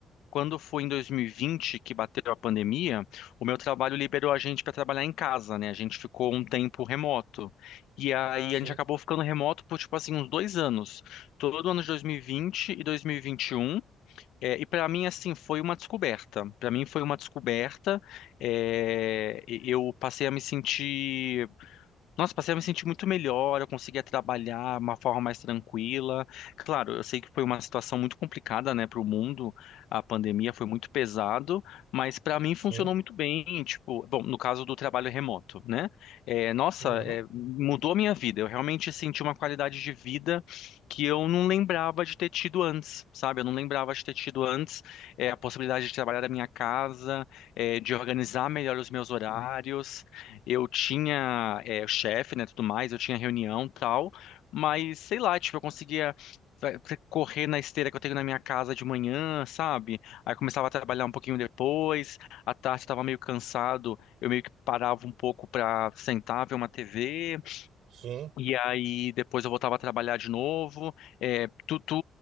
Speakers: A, on the left; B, on the right.
A: quando foi em 2020 que bateu a pandemia, o meu trabalho liberou a gente para trabalhar em casa, né, a gente ficou um tempo remoto, e aí
B: Sim,
A: a gente acabou ficando remoto por, tipo assim, uns dois anos, todo ano de 2020 e 2021, é, e para mim, assim, foi uma descoberta. Para mim, foi uma descoberta. É, e- eu passei a me sentir. Nossa, passei a me sentir muito melhor, eu conseguia trabalhar de uma forma mais tranquila. Claro, eu sei que foi uma situação muito complicada, né, para o mundo. A pandemia foi muito pesado, mas para mim
B: sim.
A: funcionou muito bem. Tipo, bom, no caso do trabalho remoto, né? É, nossa,
B: Uhum,
A: é, mudou a minha vida. Eu realmente senti uma qualidade de vida que eu não lembrava de ter tido antes, sabe? Eu não lembrava de ter tido antes, é, a possibilidade de trabalhar da minha casa, é, de organizar melhor os meus horários. Eu tinha eh, o chefe, né, tudo mais, eu tinha reunião e tal, mas sei lá, tipo, eu conseguia fa- fa- correr na esteira que eu tenho na minha casa de manhã, sabe? Aí eu começava a trabalhar um pouquinho depois, à tarde estava meio cansado, eu meio que parava um pouco pra sentar, ver uma TV,
B: sim.
A: e aí depois eu voltava a trabalhar de novo. Eh, tu, tu,